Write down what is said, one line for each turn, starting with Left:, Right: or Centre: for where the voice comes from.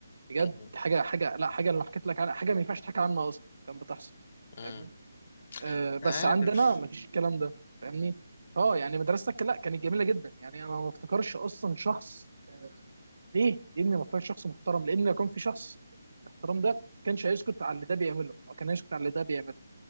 Right: بجد
Left: مم.
Right: حاجة حاجة لا حاجة اللي حكيت لك عنها حاجة ما ينفعش تحكي عنها أصلا كان بتحصل
Left: مم.
Right: فاهمني آه بس
Left: عارف
Right: عندنا ما فيش الكلام ده فاهمني اه يعني مدرستك لا كانت جميلة جدا يعني أنا ما افتكرش أصلا شخص آه ليه؟ لأني ما افتكرش شخص محترم لأن لو كان في شخص الاحترام ده كانش هيسكت على اللي ده بيعمله أو كان هيسكت على اللي ده بيعمله